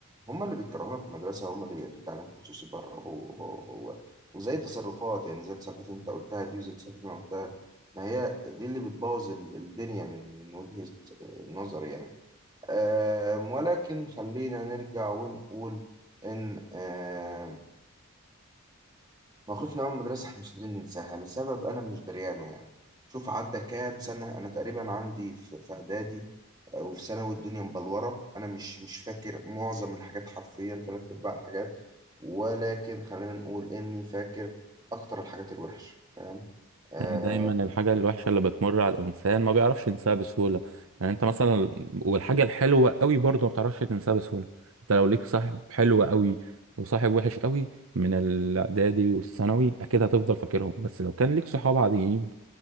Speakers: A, on the right (about 20°); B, on the right (about 70°).
A: هم اللي بيكرهونا في المدرسة هم اللي بيبقى فيه تعليم خصوصي بره هو هو هو وزي تصرفات يعني زي التصرفات اللي أنت قلتها دي وزي التصرفات اللي أنا قلتها ما هي دي اللي بتبوظ ال- الدنيا من من وجهة آه، نظري يعني آم، ولكن خلينا نرجع ونقول إن آم، موقفنا مع المدرسة إحنا مش قادرين ننساها لسبب أنا مش دريانه يعني شوف عدى كام سنة أنا تقريبا عندي في في إعدادي آه، وفي ثانوي الدنيا مبلورة أنا مش مش فاكر معظم الحاجات حرفيا تلات أرباع الحاجات ولكن خلينا نقول إني فاكر أكتر الحاجات الوحشة فاهم آه،
B: يعني دايما الحاجه الوحشه اللي بتمر على الانسان ما بيعرفش ينساها بسهوله يعني انت مثلا والحاجه الحلوه قوي برضه ما بتعرفش تنساها بسهوله انت لو ليك صاحب حلو قوي وصاحب وحش قوي من الاعدادي والثانوي اكيد هتفضل فاكرهم بس لو كان ليك صحاب عاديين